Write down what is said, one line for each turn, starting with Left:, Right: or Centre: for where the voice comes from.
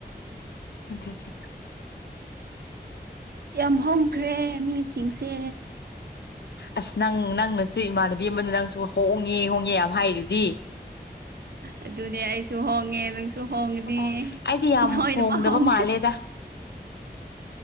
Left: ꯑꯗꯨꯗꯒꯤ
Right: ꯌꯥꯝ ꯍꯣꯡꯈ꯭ꯔꯦ ꯃꯤꯁꯤꯡꯁꯦ
Left: ꯑꯁ ꯅꯪ ꯅꯪꯅꯁꯨ ꯏꯃꯥꯟꯅꯕꯤ ꯑꯃꯅ ꯅꯪꯁꯨ ꯍꯣꯡꯉꯦ ꯍꯣꯡꯉꯦ ꯌꯥꯝ ꯍꯥꯏꯔꯨꯗꯤ
Right: ꯑꯗꯨꯅꯦ ꯑꯩꯁꯨ ꯍꯣꯡꯉꯦ ꯅꯪꯁꯨ ꯍꯣꯡꯒꯅꯤ
Left: ꯍꯣꯡꯉꯦ ꯑꯩꯗꯤ ꯌꯥꯝ
Right: ꯍꯗꯃ
Left: ꯍꯣꯡꯗꯕ
Right: ꯍꯁꯦ
Left: ꯃꯥꯜꯂꯦꯗ